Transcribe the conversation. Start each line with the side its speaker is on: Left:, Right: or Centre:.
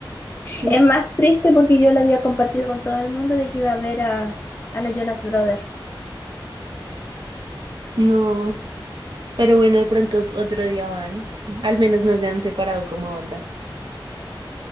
Right: <laughs>
Left: Es más triste porque yo la había compartido con todo el mundo de que iba a ver a, a los Jonas Brothers.
Right: No. Pero bueno, de pronto otro día van. Al menos no se han separado como banda.